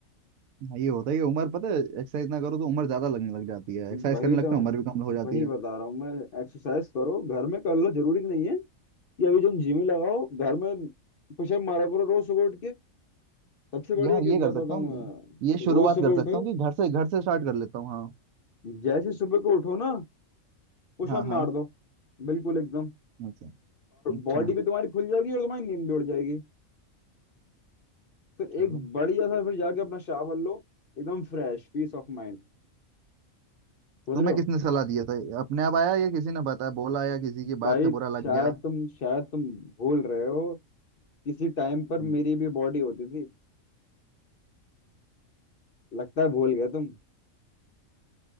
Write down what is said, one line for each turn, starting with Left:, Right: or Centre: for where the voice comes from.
Right: हाँ, ये होता है कि उम्र पता है एक्सरसाइज ना करो तो उम्र ज्यादा लगने लग जाती है एक्सरसाइज
Left: वही
Right: करने लगता
Left: तो
Right: है उम्र भी कम हो जाती
Left: वही
Right: है
Left: बता रहा हूँ मैं एक्सरसाइज करो घर में कर लो जरूरी नहीं है कि अभी तुम जिम ही लगाओ घर में पुशअप मारा करो रोज सुबह उठ के सबसे बढ़िया
Right: यार
Left: कि
Right: ये
Left: बताता
Right: कर सकता
Left: हूँ
Right: हूँ
Left: मैं
Right: ये शुरुआत
Left: रोज सुबह
Right: कर
Left: उठो
Right: सकता हूँ कि घर से घर से स्टार्ट कर लेता हूँ हाँ
Left: जैसे सुबह को उठो ना पुशअप
Right: हाँ हाँ
Left: मार दो बिल्कुल एकदम
Right: अच्छा अच्छा
Left: बॉडी भी तुम्हारी खुल जाएगी और तुम्हारी नींद भी उड़ जाएगी फिर
Right: चलो
Left: एक बढ़िया सा फिर जाके अपना शावर लो एकदम फ्रेश पीस ऑफ माइंड समझ
Right: तुम्हें
Left: रहे हो
Right: किसने सलाह दिया था अपने आप आया या किसी ने बताया बोला या किसी की
Left: भाई
Right: बात से बुरा लग
Left: शायद
Right: गया
Left: तुम शायद तुम भूल रहे हो किसी टाइम पर
Right: हम्म,
Left: मेरी भी बॉडी होती थी लगता है भूल गए तुम